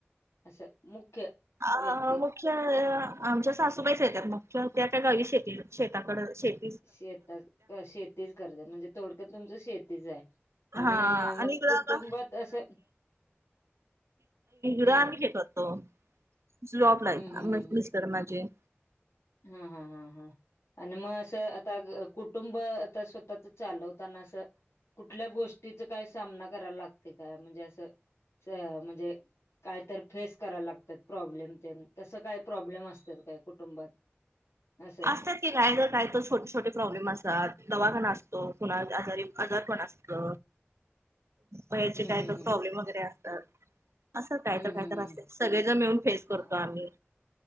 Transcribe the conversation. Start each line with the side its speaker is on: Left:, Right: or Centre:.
Left: असं मुख्य
Right: हा
Left: व्यक्ती
Right: हा मग मुख्य आमच्या सासूबाईच येतात मुख्य त्या त्या गावी शेती शेताकड शेती
Left: शेतात शेती करज म्हणजे थोडक्या तुमचं शेतीच आहे
Right: हा
Left: आणि मग
Right: आणि इकडं
Left: कुटुंबात असं हम्म
Right: ड आम्ही हे करतो जॉब ला
Left: हम्म हम्म
Right: म
Left: हम्म
Right: पस कर माझे
Left: हा हा हा हा आणि मग असं कुटुंब स्वतःच चालवताना असं कुठल्या गोष्टीच काय सामना करायला लागते का म्हणजे असं म्हणजे काय तर फेस करायला लागतात प्रॉब्लेम ते तसं काय प्रॉब्लेम असतात काय कुटुंबात असं
Right: असतात की गाय ज काय तर छोटे छोटे प्रॉब्लेम असतात दवाखा असतो कुणा आजारी आजार पण असतो ह्याचे
Left: हम्म
Right: काय
Left: हम्म
Right: प्रॉब्लेम
Left: हम्म
Right: वगैरे असतात असं काय
Left: हम्म
Right: तर काय
Left: हम्म
Right: तर असेल
Left: हम्म
Right: सगळे ज मिळून फेस करतो
Left: म-
Right: आम्ही